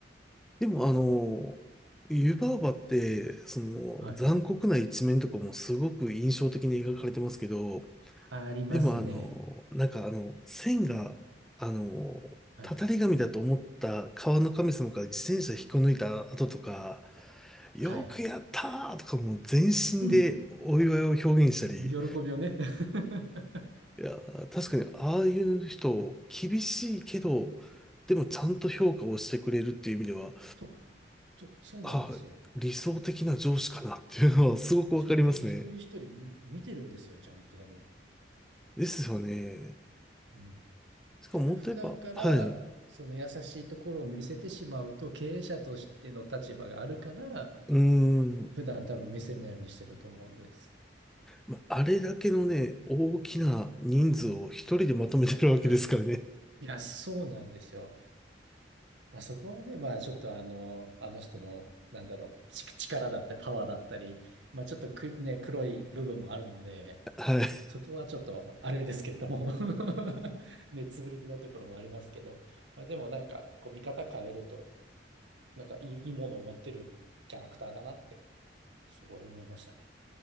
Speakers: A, in the centre; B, on the right.
A: でもあの、湯婆婆って、その残酷な一面とかもすごく印象的に描かれてますけど、
B: はい。ありますね。
A: でもあの、なんかあの、線が、あの、
B: はい。
A: たたり神だと思った川の神様から自転車引っこ抜いた後とか、よくやったーとかもう全身でお祝いを表現したり、
B: はい。うん。喜びをね。<laughs>
A: いや、確かにああいう人、厳しいけど、でもちゃんと評価をしてくれるっていう意味では、
B: そう、そう、そうなんですよ。
A: あ、理想的な上司かなっていうのはすごくわかりますね。
B: ちゃんと一人一人見てるんですよ、ちゃんと多分。
A: ですよね。
B: うん。
A: しかももっと言えば、
B: ただ普段からその優しいところを見せてしまうと経営者としての立場があるから
A: はい。うーん。
B: 普段多分見せないようにしてると思うんです。
A: まあれだけのね、大きな人数を一人でまとめてるわけですからね。
B: はい。いや、そうなんですよ。まあ、そこはね、まあちょっとあの、あの人の、なんだろう、ち力だったりパワーだったり、まあちょっとく、ね、黒い部分もあるんで、
A: はい。
B: そこはちょっとあれですけれども <laughs> 目つぶれないところもありますけど、まあ、でもなんかこう見方変えると、なんかいい、いいものを持ってるキャラクターだなってすごい思いましたね。